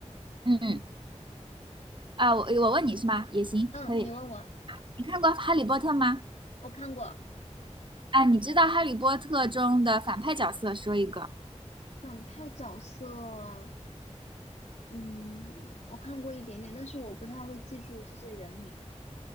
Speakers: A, on the right; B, on the left.
A: 嗯，啊、我我问你是吗？也行，
B: 嗯，
A: 可以。
B: 你问我，
A: 你看过《哈利波特》吗？
B: 我看过
A: 啊，你知道《哈利波特》中的反派角色，说一个。
B: 反派角色，嗯，我看过一点点，但是我不太会记住这些人名。